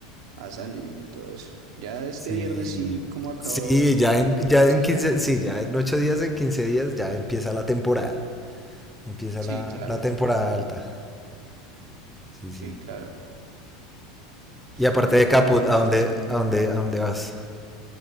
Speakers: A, on the right; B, in the centre.
A: a salir y todo eso. Ya este
B: Sí,
A: viernes sí, como acabo
B: sí, ya
A: prácticamente
B: en, ya
A: clase,
B: en 15,
A: ya.
B: sí, ya en 8 días, en 15 días, ya empieza la temporada. Empieza
A: Sí,
B: la,
A: claro,
B: la temporada alta. Sí,
A: sí,
B: sí.
A: claro. Sí,
B: Y aparte
A: a mí,
B: de
A: a mí
B: Caput,
A: también me
B: ¿a
A: gusta
B: dónde,
A: salir,
B: a dónde,
A: bueno.
B: a dónde vas?